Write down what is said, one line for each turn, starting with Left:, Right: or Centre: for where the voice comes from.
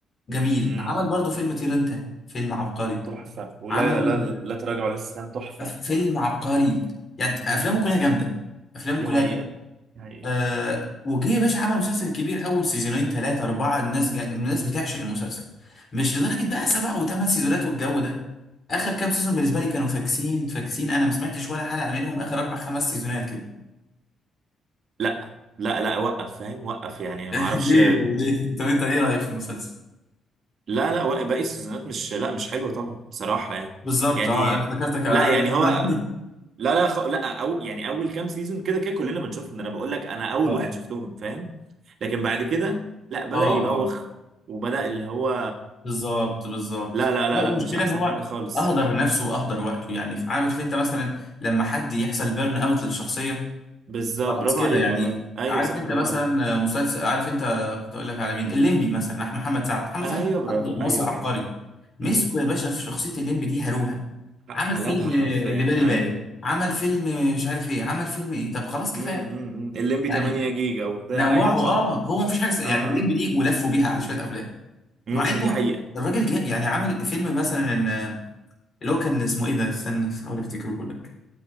Left: جميل
Right: امم
Left: عمل برضه فيلم طير انت فيلم عبقري
Right: تحفة ولا
Left: عمل
Right: لا لا تراجع ولا استسلام تحفة
Left: أف- فيلم
Right: تحفة
Left: عبقري يعني
Right: امم
Left: افلامه كلها
Right: أمم.
Left: جامده افلامه
Right: دي
Left: كلها
Right: حقيقة دي حقيقة
Left: آه وجه يا باشا عمل مسلسل كبير اول سيزونين ثلاثه اربعه الناس جا... الناس بتعشق المسلسل مش لدرجه بقى سبع وثمان سيزونات والجو ده اخر كام سيزون بالنسبه لي كانوا فاكسين فاكسين انا ما سمعتش ولا حلقه منهم اخر اربع خمس سيزونات كده
Right: لا لا لا وقف فاهم وقف يعني
Left: <laughs>
Right: ما اعرفش
Left: ليه طب ليه طب انت ايه رايك في المسلسل
Right: لا لا وقف باقي السيزونات مش لا مش حلوة طبعا بصراحة يعني
Left: بالظبط
Right: يعني
Left: اه انا افتكرتك عليا
Right: لا يعني
Left: ان انا
Right: هو لا لا خ... لا أو... يعني اول كام سيزون كده كده كلنا بنشوفهم ده انا بقول لك انا
Left: <laughs>
Right: اول
Left: اه
Right: واحد شفتهم فاهم لكن بعد كده لا بدأ
Left: اه
Right: يبوخ
Left: اه
Right: وبدأ اللي هو
Left: بالظبط بالظبط
Right: لا لا لا
Left: لا المشكله
Right: لا مش احسن
Left: ان هو
Right: حاجة خالص
Left: اهدر نفسه واهدر وقته يعني عارف انت مثلا لما حد يحصل بيرن اوت للشخصيه
Right: بالظبط
Left: خلاص
Right: برافو
Left: كده
Right: عليك
Left: يعني
Right: والله ايوه
Left: عارف
Right: صح
Left: انت
Right: برافو
Left: مثلا
Right: عليك
Left: مسلسل عارف انت كنت اقول لك على مين الليمبي مثلا أح- محمد سعد محمد
Right: ايوه
Left: سعد
Right: برافو
Left: حد مصري
Right: ايوه
Left: عبقري
Right: ايوه
Left: مسكه
Right: امم
Left: يا
Right: أمم.
Left: باشا في شخصيه الليمبي دي هروها
Right: حلبها
Left: عمل فيلم
Right: حرفيا
Left: اللي بالي
Right: ايوه
Left: بالك عمل فيلم مش عارف ايه عمل فيلم ايه طب خلاص كفايه
Right: امم أمم، أمم. الليمبي
Left: يعني
Right: 8 جيجا وبتاع
Left: نوعه
Right: ايوه
Left: اه
Right: صح
Left: هو مفيش حاجه س- يعني
Right: اه
Left: الليمبي
Right: اه
Left: دي ولفوا بيها على شويه افلام
Right: امم
Left: مع ان
Right: دي حقيقة
Left: الراجل جاء يعني عمل فيلم مثلا ان- اللي هو كان اسمه ايه ده استنى احاول افتكره لك